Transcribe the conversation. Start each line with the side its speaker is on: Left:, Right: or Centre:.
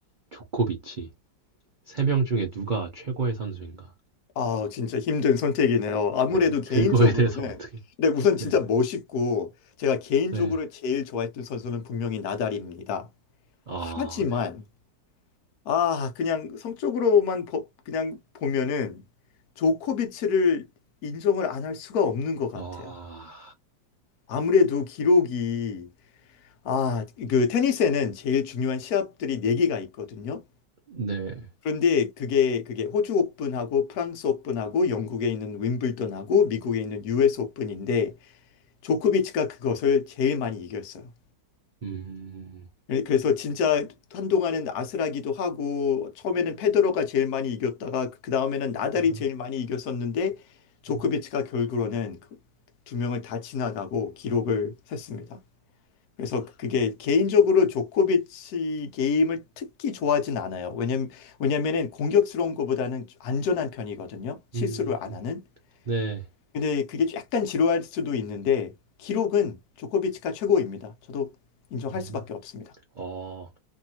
Right: 조코비치 세명 중에 누가 최고의 선수인가?
Left: 아, 진짜 힘든 선택이네요. 아무래도
Right: 네.
Left: 개인적으로는
Right: 그거에 대해서 어떻게?
Left: 근데 우선 진짜
Right: 네.
Left: 멋있고 제가 개인적으로
Right: 네.
Left: 제일 좋아했던 선수는 분명히 나달입니다.
Right: 아,
Left: 하지만
Right: 네.
Left: 아, 그냥 성적으로만 보- 그냥 보면은 조코비치를 인정을 안 할 수가 없는 것 같아요.
Right: 아.
Left: 아무래도 기록이 아, 그 테니스에는 제일 중요한 시합들이 네개가 있거든요.
Right: 네.
Left: 그런데 그게 그게 호주 오픈하고 프랑스 오픈하고 영국에 있는 윈블던하고 미국에 있는 US 오픈인데 조코비치가 그것을 제일 많이 이겼어요.
Right: 음.
Left: 예, 그래서 진짜 한동안은 아슬하기도 하고 처음에는 페데러가 제일 많이 이겼다가 그 그 다음에는 나달이
Right: 아.
Left: 제일 많이 이겼었는데 조코비치가
Right: 음.
Left: 결국으로는 그두 명을 다 지나가고 기록을 셌습니다. 그래서 그게 개인적으로 조코비치 게임을 특히 좋아하진 않아요. 왜냐면 왜냐면은 공격스러운 것보다는 안전한 편이거든요. 실수를
Right: 음.
Left: 안 하는.
Right: 네.
Left: 근데 그게 약간 지루할 수도 있는데 기록은 조코비치가 최고입니다. 저도 인정할
Right: 음.
Left: 수밖에 없습니다.
Right: 어.